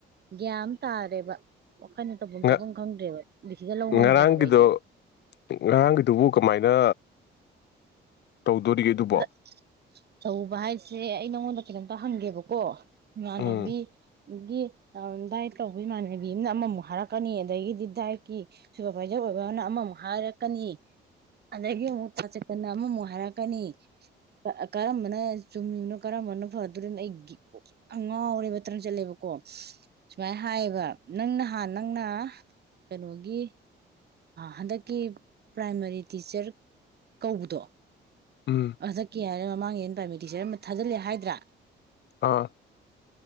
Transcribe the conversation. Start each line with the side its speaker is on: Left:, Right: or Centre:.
Right: ꯒ꯭ꯌꯥꯟ ꯑꯝ ꯇꯥꯗꯦꯕ ꯋꯥꯈꯅ ꯇꯧꯐꯝ
Left: ꯉ
Right: ꯆꯐꯝ ꯈꯪꯗ꯭ꯔꯦꯕ ꯗꯤꯁꯤꯖꯟ ꯂꯧ ꯉꯝꯗ꯭ꯔꯦ
Left: ꯉꯔꯥꯡꯒꯤꯗꯣ
Right: ꯍꯥꯏꯕ ꯑꯩꯁꯦ
Left: ꯉꯔꯥꯡꯒꯤꯗꯨꯕꯨ ꯀꯃꯥꯏꯅ ꯇꯧꯗꯣꯔꯤꯒꯦ ꯑꯗꯨꯕꯣ
Right: ꯑꯗ ꯇꯧꯕ ꯍꯥꯏꯁꯦ ꯑꯩ ꯅꯉꯣꯟꯗ ꯀꯩꯩꯅꯣꯝꯇ ꯍꯪꯒꯦꯕꯀꯣ ꯏꯃꯥꯅꯕꯤ
Left: ꯎꯝ
Right: ꯒꯤ ꯗꯥꯏꯠ ꯇꯧꯕ ꯏꯃꯥꯟꯅꯕꯤ ꯑꯃꯅ ꯑꯃꯃꯨꯛ ꯍꯥꯏꯔꯛꯀꯅꯤ ꯑꯗꯒꯤꯗꯤ ꯗꯥꯏꯠꯀꯤ ꯁꯨꯄꯔꯚꯥꯏꯖꯔ ꯑꯣꯏꯕ ꯑꯃꯅ ꯑꯃꯃꯨꯛ ꯍꯥꯏꯔꯛꯀꯅꯤ ꯑꯗꯒꯤ ꯑꯃꯨꯛ ꯗꯥꯛꯇꯔꯅ ꯑꯃꯃꯨꯛ ꯍꯥꯏꯔꯛꯀꯅꯤ ꯀꯔꯝꯕꯅ ꯆꯨꯝꯃꯤꯅꯣ ꯀꯔꯝꯕꯅ ꯐꯗꯣꯏꯔꯤꯅꯣ ꯑꯩ ꯒ꯭ꯌ ꯀꯣꯛ ꯉꯥꯎꯔꯦꯕ ꯇꯔꯪ ꯆꯠꯂꯦꯕꯀꯣ ꯁꯨꯃꯥꯏꯅ ꯍꯥꯏꯌꯦꯕ ꯅꯪ ꯅꯍꯥꯟ ꯅꯪꯅ ꯀꯩꯅꯣꯒꯤ ꯍꯟꯗꯛꯀꯤ ꯄ꯭ꯔꯥꯏꯃꯥꯔꯤ ꯇꯤꯆꯔ ꯀꯧꯕꯗꯣ
Left: ꯎꯝ
Right: ꯑꯗ ꯀ꯭ꯌꯔ ꯃꯃꯥꯡ ꯌꯦꯟ ꯄ꯭ꯔꯥꯏꯃꯔꯤ ꯇꯤꯆꯔ ꯑꯃ ꯊꯥꯖꯜꯂꯦ ꯍꯥꯏꯗ꯭ꯔꯥ
Left: ꯑꯥ